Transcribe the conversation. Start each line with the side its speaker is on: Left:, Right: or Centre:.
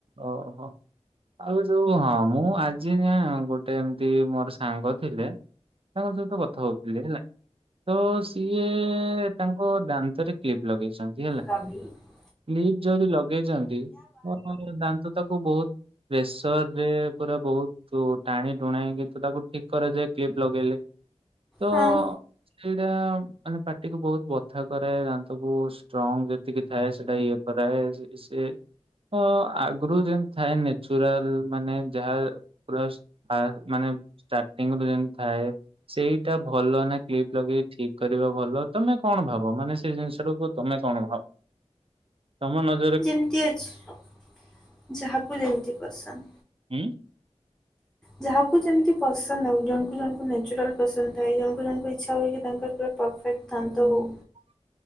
Right: ଓହୋ ଆଉ ଯୋଉ ହଁ ମୁଁ ଆଜି ନା ଗୋଟେ ଏମିତି ମୋର ସାଙ୍ଗ ଥିଲେ ତାଙ୍କ ସହିତ କଥା ହଉଥିଲି ହେଲା। ତ ସିଏ ତାଙ୍କ ଦାନ୍ତରେ କ୍ଲିପ ଲଗେଇଛନ୍ତି ହେଲା।
Centre: <unintelligible>
Right: କ୍ଲିପ୍ ଯଦି ଲଗେଇଚନ୍ତି। <unintelligible> ଦାନ୍ତ ତାକୁ ବହୁତ ପ୍ରେସର ରେ ପୁରା ବହୁ ତୁ ଟାଣି ଟୁଣା ହେଇକି ତୁ ତାକୁ ଠିକ୍ କରାଯାଏ କ୍ଲିପ ଲଗେଇଲେ। ତ
Centre: ହଁ
Right: ସେଇଟା ମାନେ ପାଟିକୁୁ ବହୁତ ବଥା କାଏ ଦାନ୍ତକୁ। ଷ୍ଟ୍ରଙ୍ଗ ଯେତିକି ଥାଏ ସେଟା ଇଏ କରାଏ ସେ ସେ ଅ ଆଗୁରୁ ଯେମତି ଥାଏ ନେଚୁରାଲ ମାନେ ଯାହା ପୁ ଆ ମାନେ ଷ୍ଟାଟିଙ୍ଗ ରୁ ଯେମତି ଥାଏ ସେଇଟା ଭଲ ନା କ୍ଲିପ ଲଗେଇ। ଠିକ୍ କରିବା ଭଲ ତମେ କଣ ଭାବ ମାନେ ସେ ଜିନିଷ ଟାକୁ ତମେ କଣ ଭାବ? ତମ ନଜ
Centre: ଯେମିତି ଅଛି ଯାହାକୁ ଯେମିତି ପସନ୍ଦ।
Right: ହୁଁ।
Centre: ଯାହାକୁ ଯେମିତି ପସନ୍ଦ ଆଉ ଜଣଙ୍କୁ ଜଣଙ୍କୁ ନ୍ୟଚୁରାଲ ପସନ୍ଦ ଥାଏ ଜଣକୁ ଜଣଙ୍କୁ ଇଚ୍ଛା ହୁଏ କି ତାଙ୍କର ପୋରା ପରଫେକ୍ଟ। ଟାନ୍ତ କୁ
Right: ହଁ